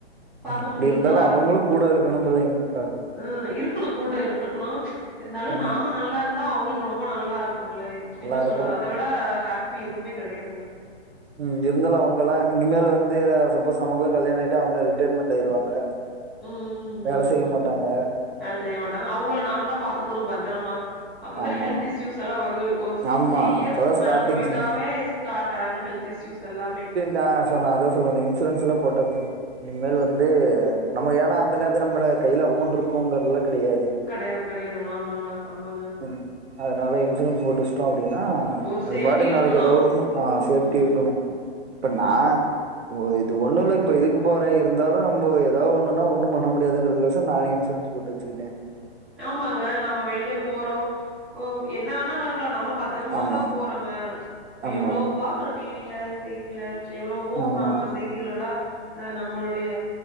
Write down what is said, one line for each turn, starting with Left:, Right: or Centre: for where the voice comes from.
Centre: பாக்க
Right: ம் அப்படி
Centre: முடியுங்களா
Right: இருந்தாலு அவங்களு கூட இருக்கணும் இல்லைங்க்கா
Centre: ம் இருக்கணு கூட இருக்கணு இருந்தாலு
Right: ம்
Centre: நாம நல்லா இருந்தா அவுங்களுக்கு ரொம்ப நல்லா இருக்கும்ல்லை
Right: நல்லா
Centre: என்ன
Right: இருக்கு
Centre: சொல்றது அத விட ஹாப்பி எதுவுமே கெடையாதுங்
Right: ம் இருந்தாலு அவங்கல்லா இனிமேலு வந்து எதா சப்போஸ் நமக்குளா கல்யாண ஆயிட்டா அவங்க ரிட்டர்மெண்ட் ஆயிருவாங்க
Centre: ம் ம்
Right: வேல
Centre: ம்
Right: செய்ய
Centre: ம்
Right: மாட்டாங்க
Centre: அது செய்ய மாட்டாங்க அவுங்கள நாம தா பாத்துக்கணு பத்தரமா அப்பதா
Right: ஆமா
Centre: ஹெல்த் இஸ்யூஸ் எல்லா வருது ஒரு சிக்ஸ்டி
Right: ஆமா
Centre: இயர்ஸ்க்கு
Right: அப்பதா ஸ்டார்டிங்
Centre: மேல போயிட்டாவே
Right: சொன்ன
Centre: ஸ்டார்ட் ஆயிரு ஹெல்த் இஸ்யூஸ் எல்லாமே
Right: தா சொன்ன அதா சொல்ல வந்த இன்சூரன்ஸ் எல்லா போட்டாச்சாங் இனிமேல் வந்து நம்ம ஏன்னா அந்த நேரத்து நம்மட கைல அமௌண்ட் இருக்குங்கறதுலா கெடையாது
Centre: கெடையாது கெடையாதுங்க ஆமாங்க ஆமாங்க
Right: ஒரு அதனால இன்சூரன்ஸ் போட்டு வஸ்ட்டோம் அப்டின்னா
Centre: ஒரு
Right: அது
Centre: சேஃப்டி
Right: பாட்டுக்கு
Centre: இருக்கணும்
Right: நாளைக்கு எதா ஒன்னும் ஆ சேப்டி
Centre: ம்
Right: இருக்கணும் இப்ப நா ஓ இது ஒண்ணு இல்ல இப்ப இதுக்கு போற இருந்தாலும் நம்போ எதாவது ஒண்ணுனா ஒண்ணும் பண்ண முடியாதுங்கிறது கொசரம் நானே இன்சூரன்ஸ் போட்டு வச்சிகிட்ட
Centre: ஆமாங்க நம்ம வெளிய போறோம் ம் என்ன வேணா நடக்கலா நம்ம பத் திரமா
Right: ஆமா
Centre: தா போறாங்க இப்ப
Right: ஆமா
Centre: எவ்ளோ பாக்கறோம் டி வில செய்தியில எவ்ளோவோ
Right: ஆமா
Centre: மாமா செய் திலலா ஆ நம்மளுடைய